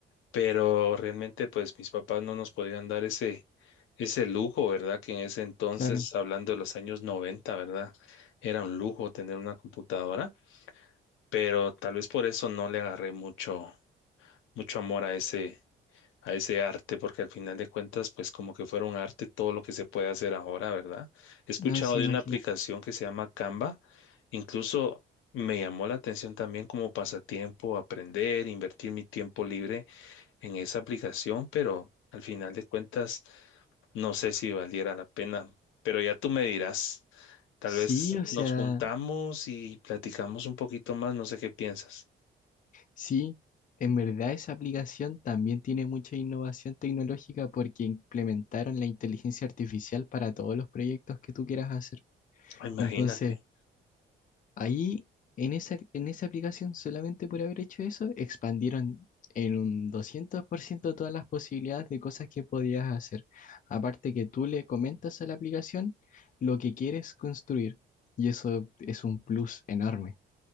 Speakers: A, on the left; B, on the left.
A: pero realmente pues mis papás no nos podían dar ese, ese lujo, ¿verdad? Que en ese entonces,
B: Claro,
A: hablando de los años 90, ¿verdad? Era un lujo tener una computadora, pero tal vez por eso no le agarré mucho, mucho amor a ese a ese arte, porque al final de cuentas, pues como que fuera un arte todo lo que se puede hacer ahora, ¿verdad? He escuchado
B: no se
A: de
B: imagina.
A: una aplicación que se llama Canva, incluso me llamó la atención también como pasatiempo, aprender, invertir mi tiempo libre en esa aplicación, pero al final de cuentas, no sé si valiera la pena, pero ya tú me dirás, tal
B: Sí,
A: vez
B: o sea,
A: nos juntamos y platicamos un poquito más, no sé qué piensas.
B: sí, en verdad esa aplicación también tiene mucha innovación tecnológica porque implementaron la inteligencia artificial para todos los proyectos que tú quieras hacer.
A: Ah, Imagínate,
B: Entonces, Ahí, en esa, en esa aplicación, solamente por haber hecho eso, expandieron en un 200% todas las posibilidades de cosas que podías hacer. Aparte que tú le comentas a la aplicación lo que quieres construir y eso es un plus enorme.